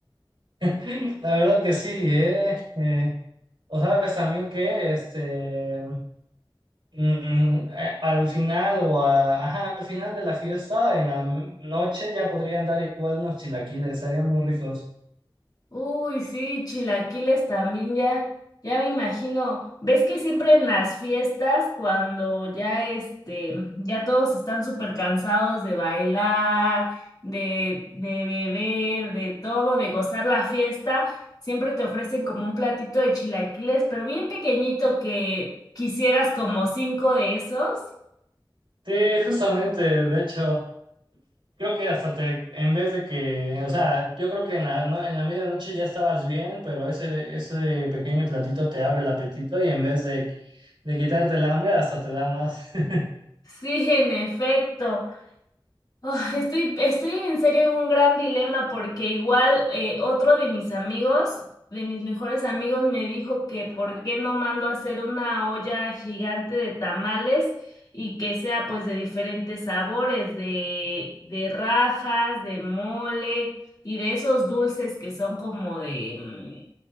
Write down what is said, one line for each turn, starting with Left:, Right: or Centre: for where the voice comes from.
Right: <laughs> La verdad que sí, ¿eh? Eh, O sabes también que este mm, a- al final o a- ajá, al final de la fiesta, en la m- noche ya podrían dar igual unos chilaquiles, estarían muy ricos.
Left: Uy, sí, chilaquiles también ya, ya me imagino. ¿Ves que siempre en las fiestas, cuando ya este, ya todos están súper cansados de bailar, de, de beber, de todo, de gozar la fiesta, siempre te ofrecen como un platito de chilaquiles, pero bien pequeñito que quisieras como cinco de esos?
Right: Sí, justamente, de hecho, creo que hasta te, en vez de que, o sea, yo creo que en la, no- en la medianoche ya estabas bien, pero ese, ese pequeño platito te abre el apetito y en vez de, de quitarte el hambre, hasta te da más. <laughs>
Left: Sí, en efecto. Ah, estoy, estoy en serio en un gran dilema porque igual eh, otro de mis amigos, de mis mejores amigos, me dijo que por qué no mando a hacer una olla gigante de tamales y que sea pues de diferentes sabores, de, de rajas, de mole y de esos dulces que son como de,